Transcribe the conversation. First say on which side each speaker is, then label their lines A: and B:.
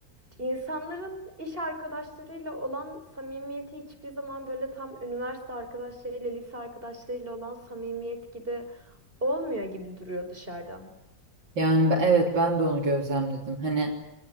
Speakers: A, on the right; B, on the right.
A: İnsanların iş arkadaşlarıyla olan samimiyeti hiçbir zaman böyle tam üniversite arkadaşlarıyla, lise arkadaşlarıyla olan samimiyet gibi olmuyor gibi duruyor dışarıdan.
B: Yani ben- evet ben de onu gözlemledim. Hani